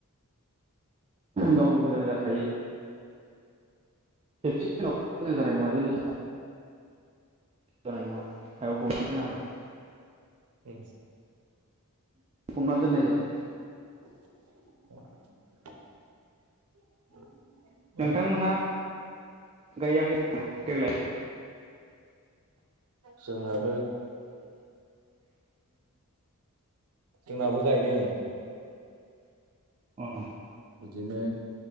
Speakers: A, on the right (about 25°); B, on the right (about 75°).
A: गावनो मोजां जाखायो खेबसे दिनाव मोजां जानाय नङा जिनिसा जानाय नङा हायाव फबना दोनाबा
B: उम
A: फबना दोननाय जाबाय।
B: <inaudible>
A: नोंथांमोना
B: औ
A: गायाखै देग्लाय
B: जोंना <unintelligible> <unintelligible> जोंनाबो गायदों।
A: अ
B: बिदिनो